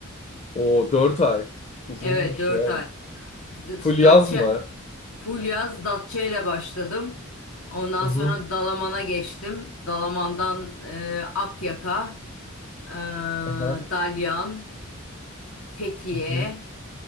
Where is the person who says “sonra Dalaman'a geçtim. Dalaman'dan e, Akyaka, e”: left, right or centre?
Left